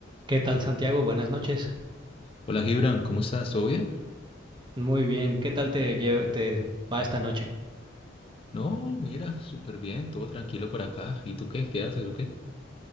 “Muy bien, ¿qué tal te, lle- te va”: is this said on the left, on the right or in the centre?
Right